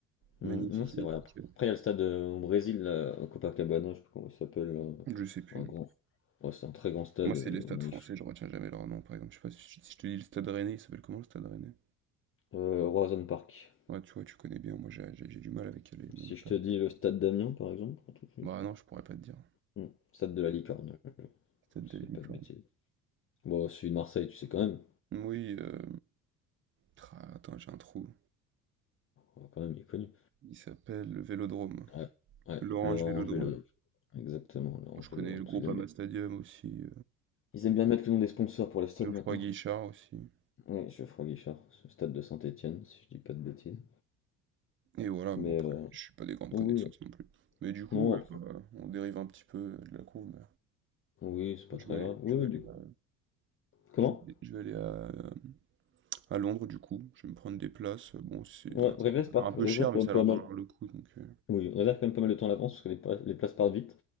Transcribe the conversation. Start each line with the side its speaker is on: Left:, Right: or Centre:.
Left: Mm,
Right: Magnifique,
Left: Non, c'est
Right: mythique.
Left: vrai. Après, après, il y a le stade euh, au Brésil, là, à Copacabana, je sais pas comment il s'appelle. euh,
Right: euh, Je sais plus.
Left: un grand... ouais, c'est un très grand stade.
Right: Moi, c'est
Left: euh,
Right: les stades
Left: bon,
Right: français,
Left: il fait-
Right: je retiens jamais leur nom, par exemple. Je sais pas si, si je te dis le stade Rennais, il s'appelle comment le stade Rennais?
Left: euh, Horizon Park.
Right: Ouais, tu vois, tu connais bien. Moi, j'ai j'ai- j'ai du mal avec les noms
Left: Si
Right: de stades.
Left: je te dis le stade d'Amiens, par exemple, tout de suite.
Right: Bah non, je pourrais pas te dire.
Left: Mm, Stade de la Licorne,
Right: Stade
Left: si je
Right: de
Left: dis
Right: licorne.
Left: pas de bêtises. Bon, celui de Marseille, tu sais quand même.
Right: Oui, euh... tra- attends, j'ai un trou.
Left: Oh, Quand même, il est connu.
Right: Il s'appelle le Vélodrome.
Left: Ouais, ouais,
Right: L'Orange
Left: l'Orange
Right: Vélodrome.
Left: Vélodrome. Exactement, l'Orange
Right: Moi, Je
Left: Vélodrome.
Right: connais le
Left: Parce
Right: groupe
Left: qu'ils aiment
Right: Ama
Left: bien.
Right: Stadium aussi.
Left: Ils aiment bien mettre le nom des sponsors pour les stades
Right: Geoffroy
Left: maintenant.
Right: Guichard aussi.
Left: Oui, Geoffroy Guichard, ce stade de Saint-Étienne, si je dis pas de bêtises.
Right: Et voilà,
Left: Mais
Right: bon après,
Left: euh,
Right: je suis pas des grandes
Left: oui,
Right: connaissances
Left: oui.
Right: non plus. Mais du coup,
Left: non,
Right: ouais, bah, on dérive un petit peu de la courbe.
Left: Oui, c'est pas
Right: mais
Left: très
Right: Je vais aller,
Left: grave. Oui,
Right: je
Left: oui,
Right: vais aller,
Left: du...
Right: à,
Left: Comment?
Right: je vais aller- je vais aller à, euh, à Londres du coup. Je vais me prendre des places. Bon, c'est
Left: Ouais,
Right: ah,
Left: Réserve,
Right: ça a
Left: par...
Right: l'air un peu
Left: réserve
Right: cher, mais
Left: quand même
Right: ça
Left: pas
Right: a l'air
Left: mal.
Right: de valoir le coup. Donc, euh.
Left: Oui, réserve quand même pas mal de temps à l'avance parce que les, pla- les places partent vite.